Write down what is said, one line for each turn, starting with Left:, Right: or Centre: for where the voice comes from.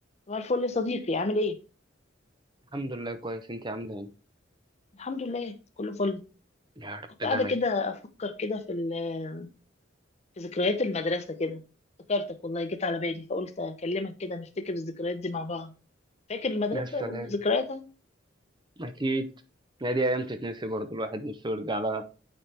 Left: صباح الفل يا صديقي عامل ايه؟
Right: الحمد لله كويس انت عامله ايه
Left: الحمد لله كله فل
Right: يا رب
Left: كنت قاعدة
Right: دايما
Left: كده أفكر كده في, ال- في ذكريات المدرسة كده افتكرتك والله جيت على بالي فقلت أكلمك كده نفتكر الذكريات دي مع بعض فاكر المدرسة
Right: يا سلام
Left: وذكرياتها؟
Right: اكيد يا دي ايام تتنسي برضو الواحد نفسه يرجع لها